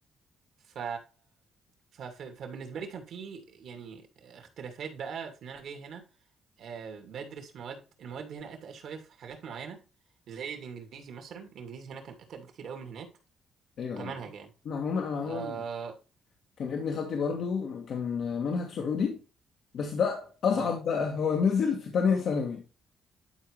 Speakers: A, on the right (about 65°); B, on the left (about 65°).
A: ف... ف... ف... فبالنسبة لي كان في يعني اختلافات بقى في ان انا جاي هنا آه بدرس مواد المواد هنا اتقل شوية في حاجات معينة زي الانجليزي مثلا الانجليزي هنا كان اتقل بكتير قوي من هناك
B: ايوه
A: كمنهج
B: ايوه
A: يعني
B: انا عموما انا عموما
A: اه
B: كان ابن خالتي برضو كان منهج سعودي بس ده اصعب
A: اه
B: بقى هو نزل في تانية ثانوي